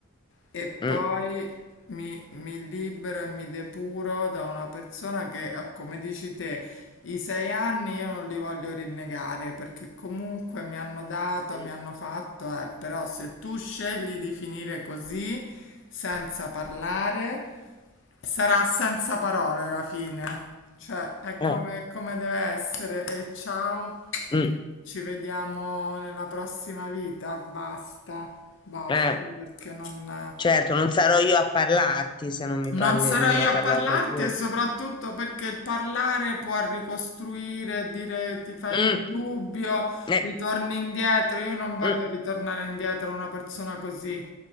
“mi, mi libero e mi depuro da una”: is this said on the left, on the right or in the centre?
Left